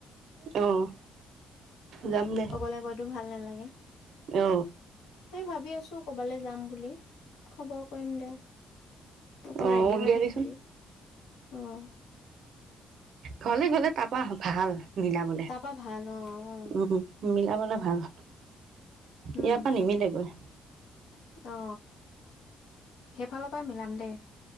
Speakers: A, on the right; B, on the left.
A: অ যাম দে
B: অকলে গৈতো ভাল নালাগে
A: অ
B: মই ভাবি আছো কবালৈ যাম বুলি খবৰ কৰিম দে হব
A: অ
B: ৰেডি
A: উলিয়াবিচোন
B: হৈ থাকিবি অ
A: ঘৰলে গলে তাৰপা ভাল মিলাবলে
B: তাৰপা ভাল অ অ
A: উম মিলাবলে অ ভাল
B: উম
A: ইয়াৰ পৰা নিমিলেগৈ
B: অ সেইফালৰ পৰা মিলাম দে